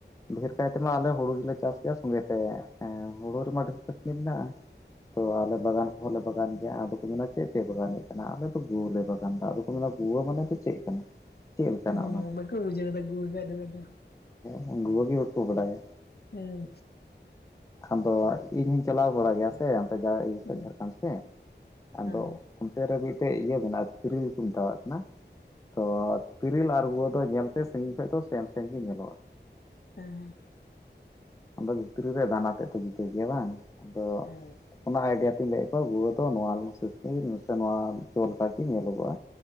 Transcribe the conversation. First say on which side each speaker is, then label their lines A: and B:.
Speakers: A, on the left; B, on the left.
A: ᱰᱷᱮᱨ ᱠᱟᱭ ᱛᱮᱢᱟ ᱟᱞᱮ ᱦᱳᱲᱳ ᱜᱮᱞᱮ ᱪᱟᱥ ᱜᱮᱭᱟ ᱥᱚᱸᱜᱮ ᱛᱮ ᱮᱸ ᱦᱳᱲᱳ ᱨᱮᱢᱟ ᱰᱷᱮᱨ ᱠᱷᱟᱹᱴᱱᱤ ᱢᱮᱱᱟᱜᱼᱟ ᱛᱚ ᱟᱞᱮ ᱵᱟᱜᱟᱱ ᱦᱚᱸ ᱞᱮ ᱵᱟᱜᱟᱱ ᱜᱮᱭᱟ ᱟᱫᱚ ᱠᱚ ᱢᱮᱱᱟ ᱪᱮᱫ ᱯᱮ ᱵᱟᱜᱟᱱᱼᱮᱫ ᱠᱟᱱᱟ ᱟᱞᱮ ᱫᱚ ᱜᱳ ᱞᱮ ᱵᱟᱜᱟᱱ ᱫᱟ ᱟᱫᱚ᱾ <unintelligible> ᱜᱩᱣᱟᱹ ᱢᱟᱱᱮ ᱫᱚ ᱪᱮᱫ ᱠᱟᱱᱟ ᱪᱮᱫ ᱞᱮᱠᱟᱱᱟᱜ
B: ᱦᱮᱸ ᱦᱮᱸ
A: ᱚᱱᱟ
B: <unintelligible>
A: ᱫᱚ
B: <unintelligible> ᱜᱩᱣᱟᱹ <unintelligible> ᱮᱠᱫᱚᱢ ᱮᱠᱫᱚᱢ
A: ᱦᱮᱸ ᱜᱩᱣᱟᱹ ᱜᱮ ᱵᱟᱠᱚ ᱵᱟᱰᱟᱭᱟ
B: ᱦᱮᱸ
A: ᱟᱫᱚ ᱤᱧᱤᱧ ᱪᱟᱞᱟᱣ ᱵᱟᱲᱟᱜ ᱜᱮᱭᱟ ᱥᱮ ᱚᱱᱛᱮ ᱤᱭᱟᱹ
B: ᱦᱮᱸ
A: ᱥᱮᱫ ᱡᱷᱟᱲᱠᱷᱚᱸᱰ ᱥᱮᱫ ᱟᱫᱚ
B: ᱦᱮᱸ
A: ᱚᱱᱛᱮ ᱨᱮ ᱢᱤᱫ ᱴᱮᱡ ᱤᱭᱟᱹ ᱢᱮᱱᱟᱜᱼᱟ ᱛᱤᱨᱤᱞ ᱠᱚ ᱢᱮᱛᱟᱣᱟᱜ ᱠᱟᱱᱟ ᱛᱚ ᱛᱤᱨᱤᱞ ᱟᱨ <unintelligible> ᱫᱚ ᱧᱮᱞ ᱛᱮ ᱥᱟᱹᱜᱤᱧ ᱠᱷᱚᱱ ᱫᱚ ᱥᱮᱢ ᱥᱮᱢ ᱜᱮ ᱧᱮᱞᱚᱜᱼᱟ
B: <unintelligible>
A: ᱟᱫᱚ ᱵᱷᱤᱛᱨᱤ ᱨᱮ ᱫᱟᱱᱟ ᱛᱮᱫ ᱫᱚ ᱡᱩᱫᱟᱹ ᱜᱮᱭᱟ ᱵᱟᱝ ᱟᱫᱚ
B: ᱦᱮᱸ
A: ᱚᱱᱟ ᱟᱭᱰᱤᱭᱟ <unintelligible> <unintelligible> <unintelligible> ᱱᱚᱣᱟ ᱦᱤᱥᱟᱹᱵ ᱛᱮ ᱧᱮᱞᱚᱜᱚᱜᱼᱟ <unintelligible> ᱞᱮᱠᱟᱜ ᱜᱮ ᱧᱮᱞᱚᱜᱚᱜᱼᱟ